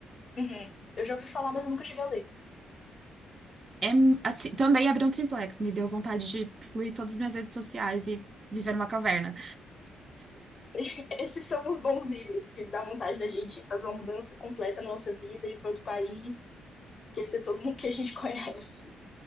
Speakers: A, on the left; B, on the right.
A: Uhum. Eu já ouvi falar, mas eu nunca cheguei a ler.
B: É, m- assim, também abriu um triplex, me deu vontade de excluir todas as minhas redes sociais e viver numa caverna.
A: <laughs> Esses são os bons livros que dá vontade da gente fazer uma mudança completa na nossa vida ir para outro país, esquecer todo mundo que a gente conhece.